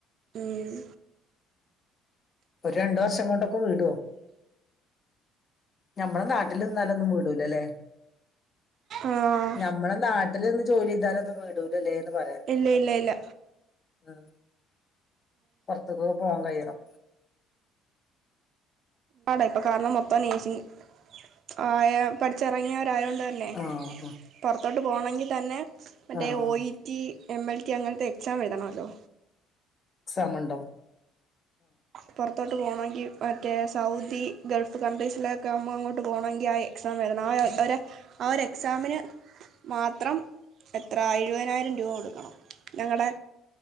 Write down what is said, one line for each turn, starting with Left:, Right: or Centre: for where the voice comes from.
Right: ഉം
Left: ഒരു രണ്ടു വർ ഷം കൊണ്ടൊക്കെ വീടോ ഞമ്മലെ നാട്ടില് നിന്നാലൊന്നും വീടൂ ലല്ലേ?
Right: ആഹ്
Left: ഞമ്മളെ നാട്ടിൽ നി ന്ന് ജോലി ചെയ്താലൊന്നും വീ ടൂലല്ലേ ന്ന് പറയാ
Right: ഇല്ല ഇല്ല ഇല്ല
Left: ഉം പോർത്ത് കൊക്കെ പോവാാൻ കയ്യ ണം
Right: ആടെ ഇപ്പൊ കാണ് ന്നൗ മൊത്തം നേസിംഗ് ആയ പഠിച്ചിറങ്ങിയ വ രായോ ത ന്നെ
Left: ആഹ് ആഹ്
Right: പുറത്തോട്ട് പോണെങ്കി തന്നെ മറ്റേ
Left: ആഹ്
Right: ഒ E T M L T അങ്ങനത്തെ സാം എഴുതണംതണല്ലോ
Left: ക് സാമണ്ടോ
Right: പൊറത്തോ പോണെങ്കിമറ്റേ സൗദി ഗൾഫ് കൺ്രീസിലൊക്കെ ന മ്മ അങ്ങോട്ട് പോണോ ങ്കി ആ എക്സാം എയ് ആ ഒ രാ ആ എക്സാമിന് മാത്രം എത്ര എഴുപതിനായിരം രൂപ കൊടുക്കണം ഞങ്ങടെ